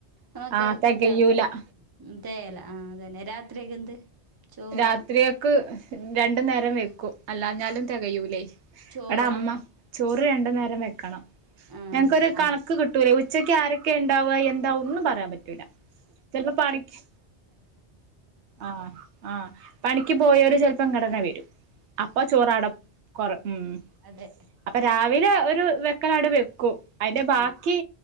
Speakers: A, on the right; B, on the right.
A: നമക്ക്
B: ആഹ് തെകയൂല
A: <unintelligible> തേയ്ല ആ അതന്നെ രാത്രിക്കെ എന്ത് ചോറാ
B: രാത്രിയൊക്ക് രണ്ടു നേരം വെക്കും അല്ലാഞ്ഞാൽ തികയൂലേ
A: ചോറാ
B: എടെ അമ്മ ചോറ് രണ്ടു നേരം വെക്കണം
A: ആ
B: ഞങ്ങക്കരു കണക്ക്
A: ആ
B: കിട്ടു ഉച്ചയ്ക്ക് ആരെക്കെ ഉണ്ടാവുക എ എന്താ ഒന്നും പറയാൻ പറ്റൂല ചിലപ്പോ പണിക്ക് ആഹ് ആ പണിക്ക് പോയോര് ചെലപ്പം ഇങ്ങോട്ട്ന്നെ വരും അപ്പൊ ചോറാടെ കൊറ ഉം
A: അതെ
B: അപ്പൊ രാവിലെ ഒരു വെക്കലാട് വെകും ക്കും അതിന്റെ ബാക്കി
A: ആ